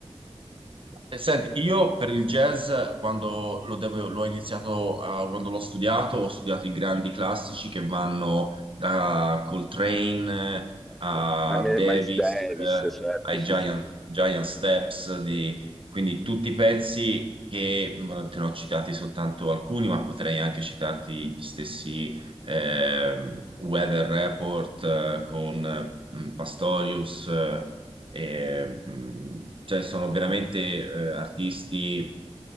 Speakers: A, on the right; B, in the centre.
A: E senti, io per il jazz, quando lo devo- l'ho iniziato, a- quando l'ho studiato, ho studiato i grandi classici che vanno da Coltrane eh,
B: Ah, sì,
A: a
B: eh. Ma me-
A: Davis,
B: Miles Davis,
A: eh,
B: certo,
A: ai
B: sì,
A: Giant,
B: sì, sì,
A: Giant Steps, di- quindi tutti i pezzi che mh, te ne ho citati soltanto alcuni, ma potrei anche citarti gli stessi ehm, Weather Report eh, con eh, Pastorius. eh, e, mh, cioè, sono veramente eh, artisti